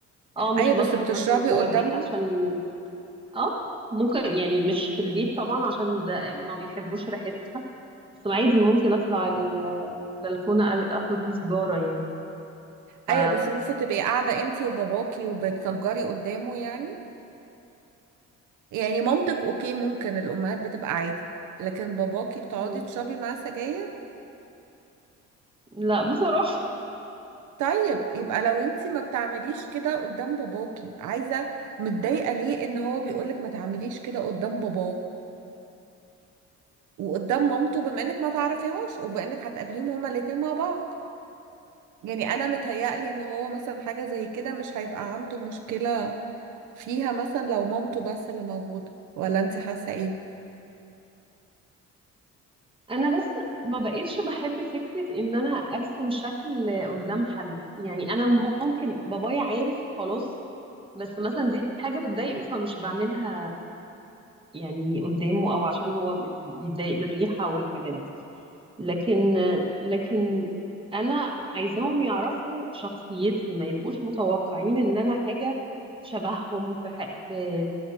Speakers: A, on the right; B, on the right.
A: اه مش
B: ايوه
A: بشرب
B: بس بتشربي
A: مثلا جوه
B: قدامهم
A: البيت عشان اه ممكن يعني مش في البيت طبعا عشان ده ما بيحبوش ريحتها بس عادي ممكن اطلع ال- البلكونه أ- اخد لي سجاره يعني ف
B: ايوه بس ممكن تبقي قاعدة انتي وباباكي وبتسجري قدامه يعني يعني مامتك اوكي ممكن الامهات بتبقى عادي لكن باباكي بتقعدي
A: مم.
B: تشربي معاه سجاير
A: لا بصراحه
B: طيب يبقى لو انتي ما بتعمليش كده قدام باباكي عايزة متضايقة
A: مم.
B: ليه ان هو بيقولك ما تعمليش كده قدام باباه وقدام مامته بما انك ما تعرفيهاش وبما انك هتقابليهم هما الاتنين مع بعض يعني انا متهيألي ان هو مثلا حاجة زي كده مش هيبقى عنده مشكلة فيها مثلا لو مامته بس اللي موجودة ولا انت حاسة ايه
A: انا بس ما بقيتش بحب فكره ان انا ارسم شكل قدام حد يعني انا ممكن بابايا عارف خلاص بس مثلا دي حاجه بتضايقه فمش بعملها يعني قدامه او عشان هو بت- بيتضايق من الريحة والحاجات دي لكن لكن انا عايزاهم يعرفوا شخصيتي ما يبقوش متوقعين ان انا حاجة شبههم في ح... في